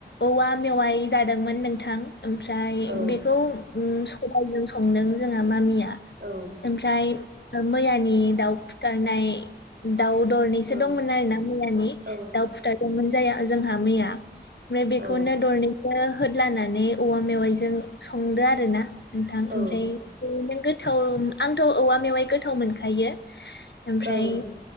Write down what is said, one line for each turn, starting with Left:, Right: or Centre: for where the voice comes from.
Left: औवा मेवाइ जादोंमोन नोंथां। ओमफ्राय
Right: औ
Left: बेखौ उम सबायजों संदों जोंहा मामिया। आ
Right: औ
Left: ओमफ्राय ओ मैयानि दाउ फुथारनाय उम दाउ दरनैसो
Right: औ
Left: दंमोन आरो ना मैयानि
Right: औ
Left: दाउ खुथारदोंमोन जाया जोंहा मैया। ओमफ्राय बेखौनो
Right: औ
Left: दरनैसो होद लानानै औवा मेवाइजों संदो आरो ना नोंथां ओमफ्राय
Right: औ
Left: नों गोथाव आंथ' औवा मेवाइ गोथाव मोनखायो। ओमफ्राय
Right: औ